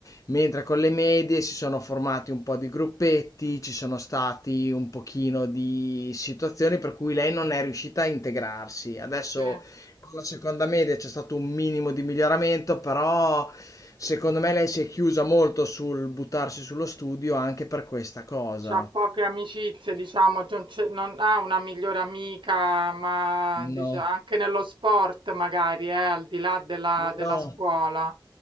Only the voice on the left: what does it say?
Mentre con le medie si sono formati un po' di gruppetti, ci sono stati un pochino di situazioni per cui lei non è riuscita a integrarsi. Adesso
con la seconda media c'è stato un minimo di miglioramento, però secondo me lei si è chiusa molto sul buttarsi sullo studio anche per questa cosa.
No,
no.